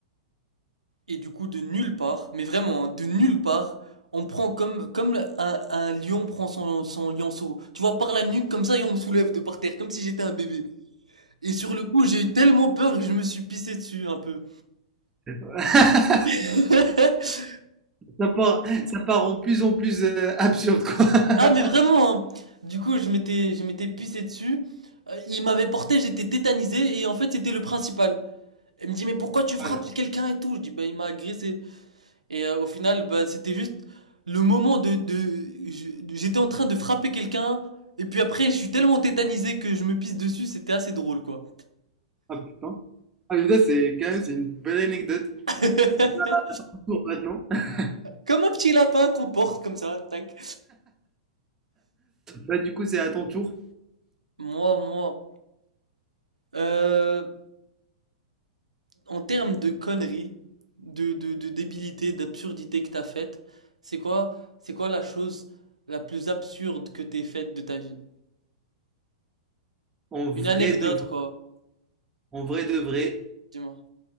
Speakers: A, on the right; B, on the right.
A: Et du coup, de nulle part, mais vraiment, hein, de nulle part, on prend comme, comme un, un lion prend son, son lionceau. Tu vois, par la nuque, comme ça, et on me soulève de par terre, comme si j'étais un bébé. Et sur le coup, j'ai eu tellement peur que je me suis pissé dessus un peu.
B: <laughs>
A: <laughs>
B: ça part, ça part en plus en plus euh, absurde, quoi.
A: Ah, mais vraiment,
B: <laughs>
A: hein. Du coup, je m'étais, je m'étais pissé dessus. Euh, il m'avait porté, j'étais tétanisé, et en fait, c'était le principal. Il me dit, mais pourquoi tu frappes
B: Voilà.
A: quelqu'un et tout? Je dis, bah, il m'a agressé. Et euh, au final, bah, c'était juste le moment de, de, je- j'étais en train de frapper quelqu'un, et puis après, je suis tellement tétanisé que je me pisse dessus, c'était assez drôle, quoi.
B: Ah putain. Ah mais ça c'est quand même c'est une belle anecdote.
A: <laughs>
B: Un peu un tour maintenant. <laughs>
A: Comme un petit lapin qu'on porte comme ça, tac.
B: Bah, du coup, c'est à ton tour.
A: Moi, moi, euh, en termes de conneries, de, de, de débilité, d'absurdité que t'as faite, c'est quoi, c'est quoi la chose la plus absurde que t'aies faite de ta vie?
B: En vrai
A: Une anecdote,
B: de vrai.
A: quoi.
B: En vrai de vrai.
A: Dis-moi.